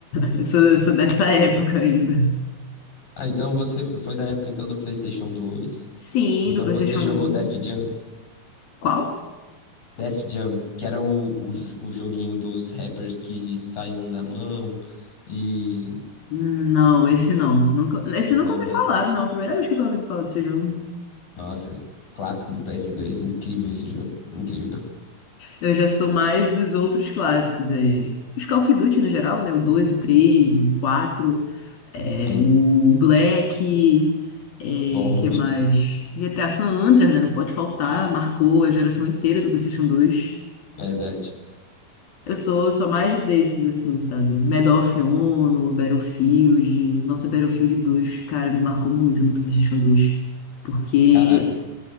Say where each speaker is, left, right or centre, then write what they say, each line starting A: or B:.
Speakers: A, on the left; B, on the left.
A: <laughs> Eu sou, eu sou dessa época ainda.
B: Ah, então você foi da época então do PlayStation dois.
A: Sim,
B: Então
A: do PlayStation
B: você jogou
A: 1.
B: Def Jam?
A: Qual?
B: Def Jam, que era o, o, jo- o joguinho dos rappers que saíam na mão e...
A: Não, esse não. Nunca, esse nunca
B: Não,
A: ouvi
B: né?
A: falar, não. Primeira vez que eu tô ouvindo falar desse jogo.
B: Nossa, clássico do PS2. Incrível esse jogo. Incrível.
A: Eu já sou mais dos outros clássicos, é, os Call of Duty no geral, né? O 2, o 3, o 4, é,
B: Sim.
A: o Black, é,
B: Bom,
A: que é
B: de
A: mais? G T a San Andreas, né? Não pode faltar, marcou a geração inteira do PlayStation dois.
B: verdade.
A: Eu sou, sou mais desses, assim, sabe? Medal of Honor, Battlefield. Nossa, Battlefield 2, cara, me marcou muito no PlayStation dois, Porque
B: Caraca.